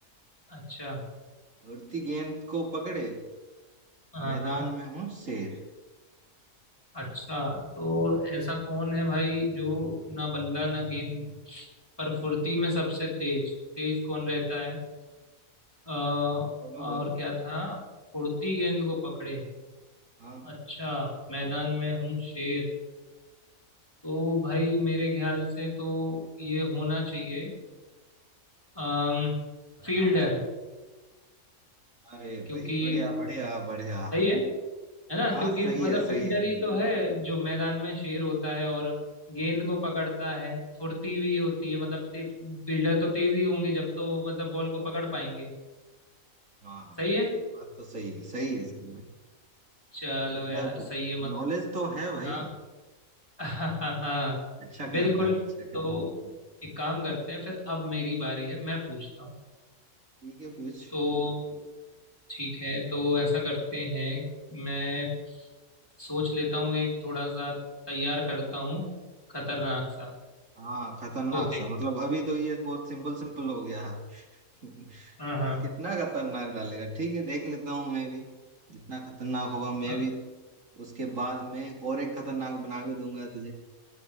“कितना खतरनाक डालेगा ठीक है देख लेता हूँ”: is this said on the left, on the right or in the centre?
Right